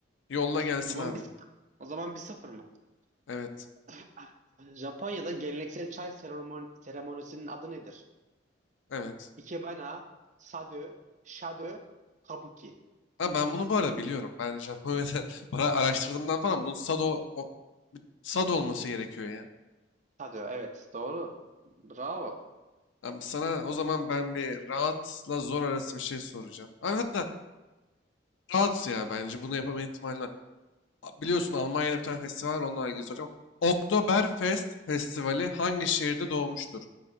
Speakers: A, on the left; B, on the right.
A: Yolla gelsin
B: O zaman
A: abi.
B: bir o zaman bir sıfır mı?
A: Evet.
B: <laughs> Japonya'da geleneksel çay seremon seremonisinin adı nedir?
A: Evet.
B: Ikebana, Sado Shado Kabuki.
A: Ha, ben bunu bu arada biliyorum. Ben Japonya'da <laughs> para araştırdığımdan falan bunun Sado, o, Sado olması gerekiyor ya.
B: Hadi evet doğru. Bravo.
A: Abi sana o zaman ben bir rahatla zor arası bir şey soracağım. Abi hatta rahat ya bence bunu yapama ihtimali var. A- Biliyorsun Almanya'da bir tane festival var onunla ilgili soracağım. Oktoberfest Festivali hangi şehirde doğmuştur?